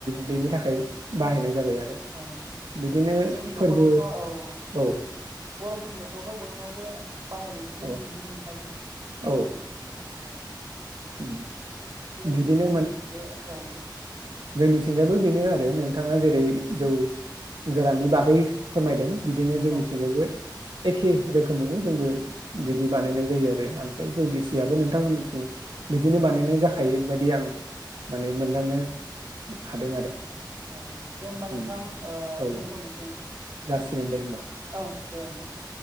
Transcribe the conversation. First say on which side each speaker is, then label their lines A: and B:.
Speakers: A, on the right; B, on the right.
A: बेनि
B: नंगौ
A: थाखाय बाहायनाय जाबाय आरो
B: औ
A: बिदिनो
B: जोंनि नखरावथ'
A: फोरबो
B: औ
A: औ
B: बर'फोरनि नखरावथ' बयनावबो बाहायनायखौ खौथ'
A: औ
B: जों नुनो मोनखायो।
A: औ
B: औ
A: उम
B: बेबायदिनो
A: बिदिनो
B: नोंथांमोननिथिंबो औ
A: जोंनि थिंजायबो बेनो आरो नोंथाङा जेरै जौ गोराननि बागै फोरमायदों। बिदिनो जोंनि
B: औ
A: थिंजायबो एखे रोखोमैनो जोंबो बिदि बानायनाय जायो आरो ओमफ्राय जौ गिसियाबो नोंथांमोननिथिं बिदिनो
B: औ
A: बानायनाय जाखायो बायदि
B: औ
A: आं माने मोनदांनो हादों आरो
B: औ दे होनोबा
A: उम
B: नोंथां
A: औ
B: दोनथ'नोसै।
A: जासिगोन दे होनोमबा।
B: औ दे नोंथां दे।